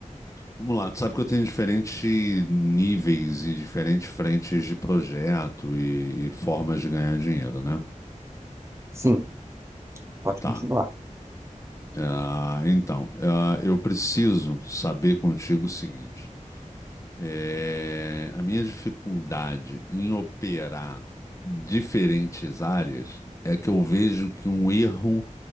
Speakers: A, on the left; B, on the right.
A: Vamos lá, tu sabe que eu tenho diferentes níveis e diferentes frentes de projeto e, e formas de ganhar dinheiro, né?
B: Sim, pode
A: Tá.
B: continuar.
A: Ah, então, ah, eu preciso saber contigo o seguinte. É, a minha dificuldade em operar diferentes áreas é que eu vejo que um erro